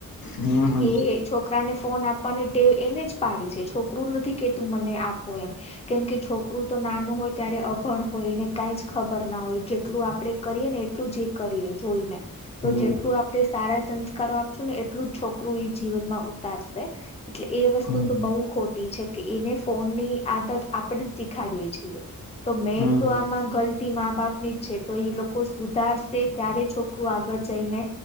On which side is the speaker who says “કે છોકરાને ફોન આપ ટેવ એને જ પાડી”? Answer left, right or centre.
Left